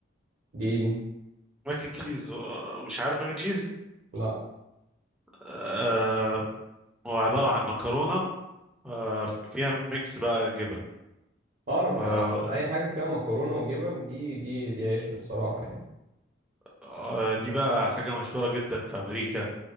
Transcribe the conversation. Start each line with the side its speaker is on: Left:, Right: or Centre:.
Right: دي إيه دي
Centre: مكن تشيز آه، مش عارف مكن تشيز
Right: لا
Centre: آه هو عبارة عن مكرونة آه ف- فيها ميكس بقى جبن
Right: اه انا
Centre: و-
Right: بحب انا أنا اي حاجه فيها مكرونه وجبن دي دي دي عيش الصراحه يعني
Centre: آه، دي بقى حاجة مشهورة جدا في أمريكا